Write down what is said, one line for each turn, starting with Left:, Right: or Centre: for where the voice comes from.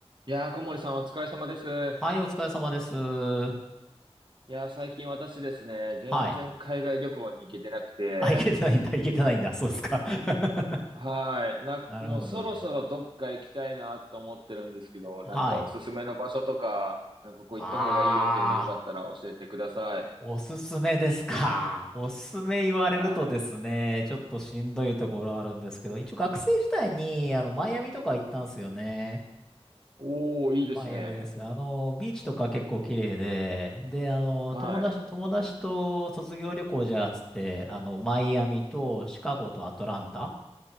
Right: いやー、小森さんお疲れ様です。い
Centre: はい、お疲れ様です。は
Right: やー、最近私ですね、全然海外旅行に行けてなくて、
Centre: い。あ、いけてないんだ、いけてないんだ。そうですか。<laughs>
Right: はい、な、
Centre: なるほど。
Right: もうそろそろどっか行きたいなと思ってるんですけど、
Centre: はい。
Right: なんかおすすめの場所とか、なんかここ行った方がいいよっていうのよかったら教えてください。
Centre: あー、おすすめですか。おすすめ言われるとですね、
Right: はい。
Centre: ちょっとしんどいところあるんですけど、一応学生時代に、あの、マイアミとか行ったんですよね。
Right: おー、いいですね。
Centre: マイアミです。あの、ビーチとか結構綺麗で、で、あの、
Right: はい。
Centre: 友達、友達と卒業旅行じゃあっつって、あの、マイアミとシカゴとアトランタ。